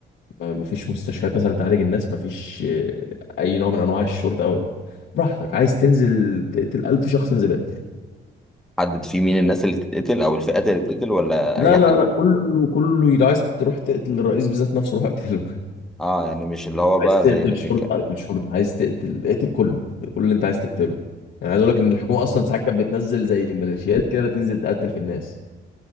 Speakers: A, on the left; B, in the centre.
A: ما- مفيش مستشفيات مثلا تعالج الناس مفيش آه، أي نوع من أنواع الشرطة أو براحتك عايز تنزل تقتل 1000 شخص انزل اقتل
B: حدد في مين الناس اللي تتقتل او الفئات اللي تتقتل ولا
A: لا
B: اي
A: لا
B: حد
A: لا والله كله كله لو عايز تروح تقتل الرئيس بالذات نفسه روح اقتله <laughs>
B: اه يعني مش اللي هو بقى
A: عايز تقتل
B: زي اللي بيك
A: شرطة اقتل شرطة عايز تقتل اقتل كله كل اللي انت عايز تقتله يعني عايز اقول لك ان الحكومه اصلا ساعات كانت بتنزل زي ميليشيات كده تنزل تقتل في الناس